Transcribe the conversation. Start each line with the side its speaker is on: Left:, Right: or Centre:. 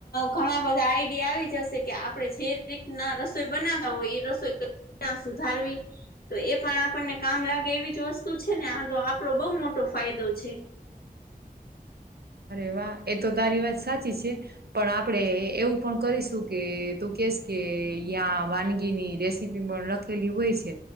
Left: ઘણા બધા આઈડિયા આવી જશે કે આપણે જે રીતના રસોઈ બનાવ્યા હોય એ રસોઈ ક સુધારવી તો એ પણ આપણને કામ લાગે એવી જ વસ્તુ વત છે ને આ તો આપડો બહ મોટો ફાયદો છે.
Right: અરે વાહ એ તો તારી વાત સાચી છે પણ આપણેે એવું પણ કરીશું કે તું ક વાનગી ની રેસીપી પણ લખેલી હોય છે